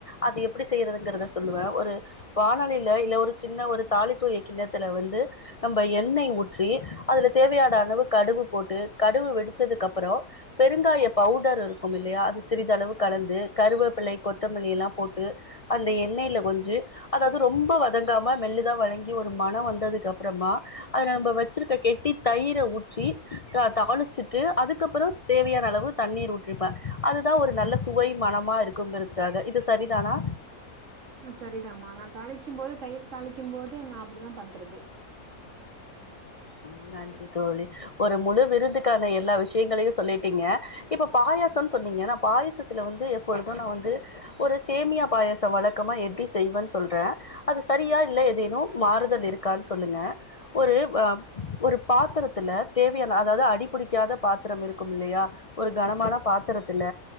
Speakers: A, on the left; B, on the right.
A: அது எப்படி செய்யறதுங்கிறத சொல்லுவ ஒரு வானலிய ல ஒரு சின்ன ஒரு தாலிப்பு கிண்ணத்தில வந்து நம் எண்ணெய் ஊற்றி அதுல தேவயான அளவு கடுவு போட்டு கடுவு வெடிச்சதுக்கு அப்புறோ பெருங்காய பவுடர் இருக்குமில்லயா அது சிறிதளவு கலந்து கருவேப்பிள்ளை கொத்தமல்லி எல்லாம் போட்டு அந்த எண்ணெய்ல கொஞ்சு அதாவது ரொம்ப வதங்காம மெல்லுதா வழங்கி ஒரு மனம் வந்ததுக்கு அப்புறமா அத நம்ம வச்சிருக்க கெட்டி தயிரை ஊற்றி தாளிச்சிட்டு அதுக்கப்புறோ தேவையான அளவு தண்ணீர் ஊற்றிப்ப அதுதா ஒரு நல்ல சுவை மனமா இருக்குங்கிறதுக்காக இது சரிதானா
B: ஆஹ் சரிதாமா நா தாளிக்கும்போது தயிர் தாளிக்கும்போது நா அப்படிதா பண்றது
A: உம் நன்றி தோழி ஒரு முழு விருந்துக்கான எல்லா விஷ்ய யங்களையு சொல்லிட்டீங்க இப்ப பாயசோனு சொன்னீங்க நா பாயசத்துல வந்து எப்பொழுது நா வந்து ஒரு சேமியா பாயசோ வழக்கமா எப்படி செய்வனு சொல்ற அது சரியா இல்லை ஏதேனு மாறுதல் இருக்கானு சொல்லுங்க ஒரு ஒரு பாத்திரத்துல தேவையான அதாவது அடிபிடிக்காத பாத்திரம் இருக்குமில்லயா ஒரு கனமான பாத்திரத்துல